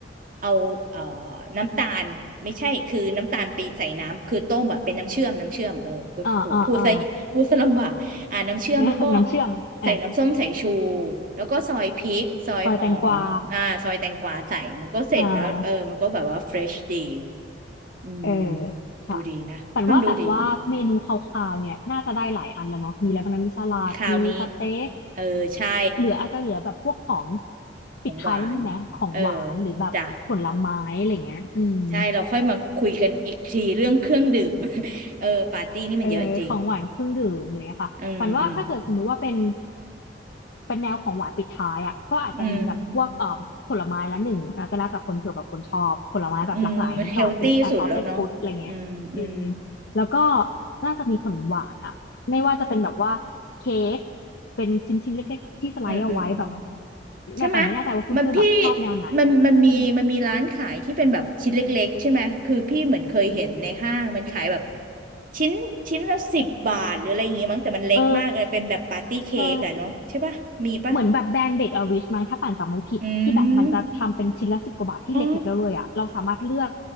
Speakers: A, on the right; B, on the left.
A: เอาเอ่อน้ำตาลไม่ใช่คือน้ำตาลไปใส่น้ำคือต้มแบบเป็นน้ำเชื่อมน้ำเชื่อมเออก็โหพูดซะพูดซะลำบาก
B: อ่าอ่าอ่า
A: อ่าน้ำเชื่อมแล้วก็
B: <laughs> น้ำเชื่อมอ่ะ
A: ใส่น้ำส้มสายชูแล้วก็ซอยพริกซอยหอมอ่าซอยแตงกวาใส่มันก็เสร็จแล้วเออมันก็แบบว่าเฟรชดี
B: ซอยแตงกวาอ่า
A: อืม
B: เออค่ะ
A: ดูดีนะฟังดูดี
B: ฝันว่าแบบว่าเมนูคร่าวๆเนี่ยน่าจะได้หลายอันแล้วเนาะมีอะไรบ้างนะมีสลัดมีสเต็ก
A: คราวนี้เออใช่
B: เหลืออาจจะเหลือแบบพวกของ
A: ของหวาน
B: ปิดท้ายนิดนึงไหมของหวานหรือแบบผลไม้อะไรเงี้ยอืม
A: เออจ้ะใช่เราค่อยมาคุยกันอีกทีเรื่องเครื่องดื่ม <laughs> เออปาร์ตี้นี่มันเยอะจริง
B: เออของหวานเครื่องดื่มอะไรเงี้ยค่ะหวานว่าถ้าเกิดสมมุติว่าเป็น
A: อืมอืม
B: เป็นแนวของหวานปิดท้ายอ่ะก็อาจจะมีแบบพวกเอ่อผลไม้ละหนึ่งแล้วก็แล้วแต่คนเผื่อแบบคนชอบผลไม้แบบหลากหลายนิดหน่อยเป็น
A: อืมอืมเฮลตี้สุดแล้วเนาะอืมอืม
B: assorted food อะไรเงี้ยอืมแล้วก็น่าจะมีขนมหวานอ่ะไม่ว่าจะเป็นแบบว่าเค้กเป็นชิ้นชิ้นเล็กๆที่สไลด์เอาไว้แบบ
A: อืมอืมอืม ใช่ไหม
B: แม่ปานไม่แน่ใจว่าเพื่อนๆแบบชอบแนวไหนอืม
A: มันพี่มันมันมีมันมีร้านขายที่เป็นแบบชิ้นเล็กๆใช่ไหมคือพี่เหมือนเคยเห็นในห้างมันขายแบบชิ้นชิ้นละสิบบาทหรืออะไรอย่างงี้มั้งแต่มันเล็กมากเลยเป็นแบบปาร์ตี้เค้กอะเนาะใช่ปะมีปะ
B: เออใช่ เหมือนแบบแบรนด์เบรกอวิชมั้งถ้าป่านจำไม่ผิดที่แบบมันจะทำเป็นชิ้นละสิบกว่าบาทที่เล็กๆแล้วเลยอ่ะเราสามารถเลือก
A: อืมอ๋อ